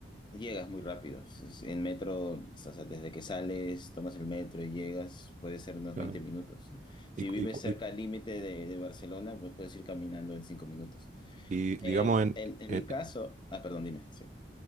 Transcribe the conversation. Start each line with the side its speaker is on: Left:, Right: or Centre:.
Left: Llegas muy rápido. Si Es- En metro, o sea, desde que sales, tomas el metro y llegas, puede ser unos
Right: Claro.
Left: veinte minutos. ¿no? Si
Right: Y,
Left: vives
Right: y, cu-
Left: cerca
Right: y-
Left: al límite de, de Barcelona, pues puedes ir caminando en 5 minutos.
Right: y
Left: Eh,
Right: digamos, en,
Left: en, en
Right: en,
Left: mi caso, ah, perdón, dime, sí.